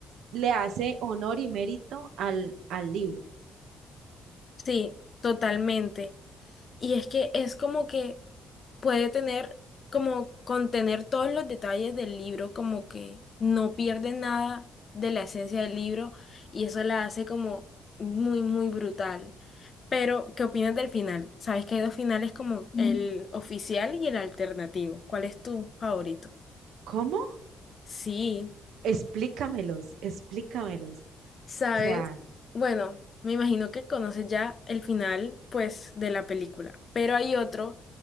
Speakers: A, on the right (about 80°); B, on the left (about 40°).
A: le hace honor y mérito al, al libro.
B: Sí, totalmente. Y es que es como que puede tener, como contener todos los detalles del libro, como que no pierde nada de la esencia del libro y eso la hace como muy, muy brutal. Pero, ¿qué opinas del final? Sabes que hay dos finales como Mm. el oficial y el alternativo. ¿Cuál es tu favorito?
A: ¿Cómo?
B: Sí,
A: Explícamelos, explícamelos.
B: sabes.
A: O sea,
B: Bueno, me imagino que conoces ya el final, pues, de la película. Pero hay otro